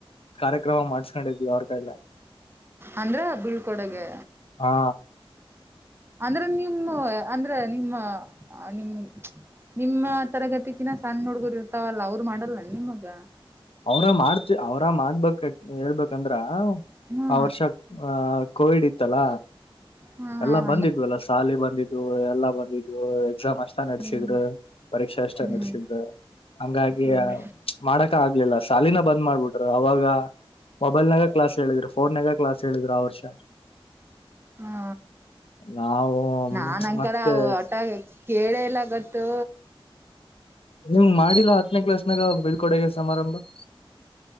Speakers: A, on the left; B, on the right.
A: ಕಾರ್ಯಕ್ರಮ ಮಾಡ್ಸ್ಕೊಂಡಿದೀವಿ ಅವ್ರ ಕೈಲ್ಲ
B: ಅಂದ್ರ ಬೀಳ್ಕೊಡಗೆ
A: ಹಾ
B: ಅಂದ್ರೆ ನಿಮ್ಮ ಅಂದ್ರೆ ನಿಮ್ಮ ನಿಮ ನಿಮ್ಮ ತರಗತಿಕಿನ ಸಣ್ಣ ಹುಡ್ಗುರು ಇರ್ತಾವಲ್ಲ ಅವ್ರು ಮಾಡಲ್ಲ ನಿಮ್ಗ
A: ಅವ್ರ ಮಾಡ್ತಿ ಅವ್ರ ಮಾಡ್ಬೇಕ ಹೇಳ್ಬೇಕಂದ್ರ
B: ಹಾ
A: ಆ ವರ್ಷ ಆಹ ಕೋವಿಡ್ ಇತ್ತಲ್ಲ
B: ಹ್ಮ ಹ್ಮ
A: ಎಲ್ಲಾ ಬಂದಿದ್ವಲ್ಲ ಸಾಲಿ ಬಂದಿದ್ದು ಎಲ್ಲಾ ಬಂದಿದ್ ಎಕ್ಸಾಮ್ ಅಷ್ಟ ನಡೆಸಿದ್ರು
B: ಹ್ಮ್
A: ಪರೀಕ್ಷೆ ಎಷ್ಟ
B: ಹ್ಮ್
A: ನ ಹಂಗಾಗಿ
B: ಹ್ಮ್
A: ಮಾಡಕ ಆಗ್ಲಿಲ್ಲ ಸಾಲಿನ ಬಂದ್ ಮಾಡ್ಬಿಟರು ಅವಾಗ ಮೊಬೈಲ್ನಾಗ ಕ್ಲಾಸ್ ಹೇಳಿದ್ರು ಫೋನ್ ನಾಗ ಕ್ಲಾಸ್ ಹೇಳಿದ್ರು ಆ ವರ್ಷ
B: ಹ್ಮ
A: ನಾವು
B: ನಾನ್ ಅಕಾರರವು
A: ಮತ್ತೆ
B: ಆಟ ಎಲ್ಲಾ ಇಲ್ಲ ಗತ್ತು
A: ನಿಮ್ ಮಾಡಿಲ್ಲಾ ಹತ್ತನೇ ಕ್ಲಾಸ್ನಾಗ ಬೀಳ್ಕೊಡೆಗ ಸಮಾರಂಭ